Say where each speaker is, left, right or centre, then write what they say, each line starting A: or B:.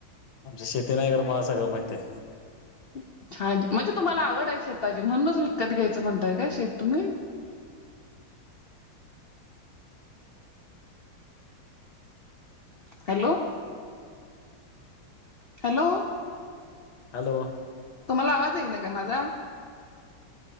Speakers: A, on the left; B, on the left.
A: आमची शेती नाही कर मला सगळं माहिती आहे.
B: हम्. छान म्हणजे तुम्हाला आवड आहे शेताची म्हणूनच विकत घ्यायचं म्हणताय काय शेत तुम्ही हॅलो हॅलो
A: हॅलो
B: तुम्हाला आवाज येई ना काय माझा?